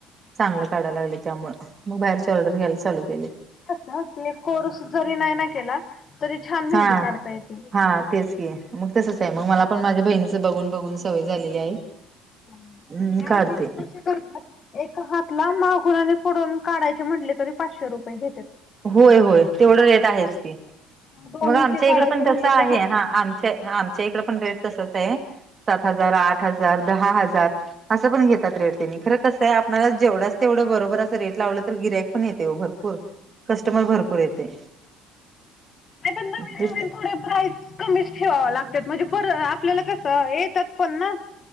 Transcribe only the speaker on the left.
आ त एक कोर्स जरी नाही ना केला तरी छान
मेहंदी काढता येते.
हं.
हा
आमचे तू कसे करतात. एका हात ला मागून आणि पुडून काढायचे म्हटले तरी पाचशे रुपये घेते.
दोन्हीचे
काढायचे
म्हणले
की हजार.
नाही पण नवीन
नवीन थोडे प्राईस कमीच ठेवावा लागतात म्हणजे पर आपल्याला कसं येतात पण ना.